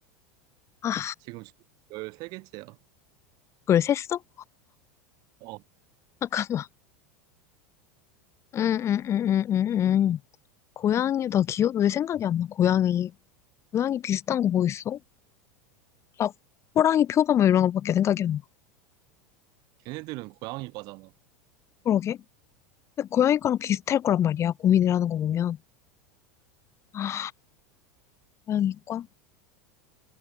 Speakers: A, on the left; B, on the right.
A: 아,
B: 지금 13개째야.
A: 그걸 셌어?
B: 어,
A: 아까, 음, 음, 음, 음, 음. 음. 고양이, 나 기억, 왜 생각이 안 나? 고양이. 고양이 비슷한 거 뭐 있어? 나 호랑이 표범 뭐 이런 거밖에 생각이 안 나.
B: 걔네들은 고양이 과잖아.
A: 그러게. 근데 고양이 과랑 비슷할 거란 말이야. 고민을 하는 거 보면. 아, 고양이과?